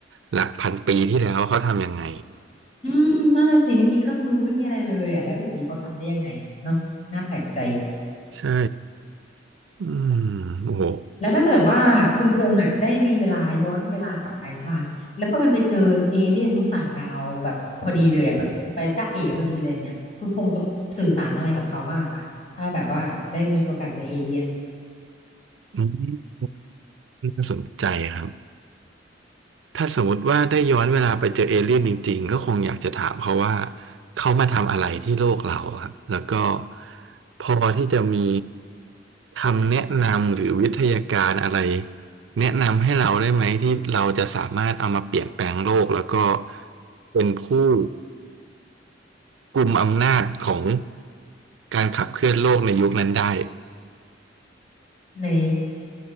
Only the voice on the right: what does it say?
หลักพันปีที่แล้วเขาทำยังไง
ใช่อืมโอ้โห
อืมน่าสนใจครับ ถ้าสมมติว่าได้ย้อนเวลาไปเจอเอเลี่ยนจริงๆก็คงอยากจะถามเขาว่าเขามาทำอะไรที่โลกเราครับแล้วก็พอที่จะมีคำแนะนำหรือวิทยาการอะไรแนะนำให้เราได้ไหมที่เราจะสามารถเอามาเปลี่ยนแปลงโลกแล้วก็เป็นผู้กุมอำนาจของการขับเคลื่อนโลกในยุคนั้นได้